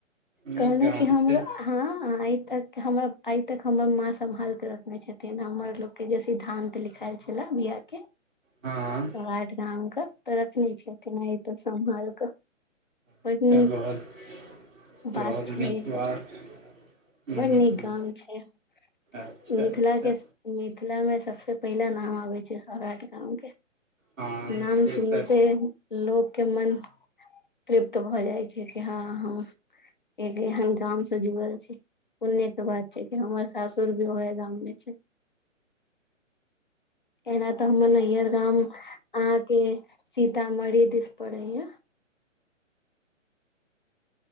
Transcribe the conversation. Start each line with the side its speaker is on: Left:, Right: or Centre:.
Right: नीक
Left: कहलहुँ
Right: गाँव
Left: कि हमरो
Right: छै
Left: हँ आइ तक हमरा आइ तक हमर माँ सम्हालिक रखने छथिन हमर लोकके जे सिद्धांत लिखायल छले बिआाह के। सौराठ
Right: हँ
Left: गाँव कऽ तऽ रखने छैथिन आइ तक सम्हालि कऽ। बड
Right: अच्छा
Left: नीक
Right: बहुत बहुत
Left: बात छै।
Right: नीक बात हूँ
Left: बड़ नीक
Right: हूँ
Left: गाम छै मिथिलाक
Right: अच्छा अच्छा
Left: के स मिथिला मे सबसे पहिला नाम आबे छै सौराठ गांव के
Right: हँ
Left: नाम
Right: से
Left: सुनते
Right: तऽ
Left: लोकके मन तृप्त भऽ जाइ छै कि हँ हम एक एहन गाम से जुड़ल छी। पुण्य के बात छै कि हमर सासुर भी ओहे गाममे छै। <inaudible> एना तऽ हमर नैहर गाम अहां के सीतामढ़ी दिस पड़ै य।